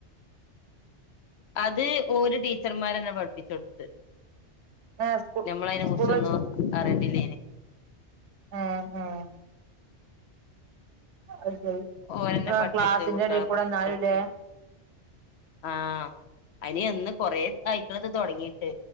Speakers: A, on the left; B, on the right.
A: അത് ഓര് ടീച്ചർമാരെന്നേ പഠിപ്പിച്ചു കൊടുത്ത്.
B: ഏഹ് സ്കൂ
A: ഞമ്മളയ്നെ
B: സ്കൂൾ
A: കുറിച്ചൊന്നും
B: വെച്ചിട്ട്
A: അറിയണ്ടില്ലേനി.
B: ആഹ് ആഹ് അത് ശരി.
A: ഓരന്നെ
B: <unintelligible>
A: പഠിപ്പിച്ച്
B: ക്ലാസിന്റെ
A: കുട്ടികളെ
B: എടേ കൂടെ
A: പഠിപ്പിച്ചെടുത്ത്
B: ഇന്നാലും ല്ലേ.
A: ആഹ്. അയ്ന് എന്ന് കൊറെ ഇതായ്ക്ണ് ഇത് തൊടങ്ങീട്ട്.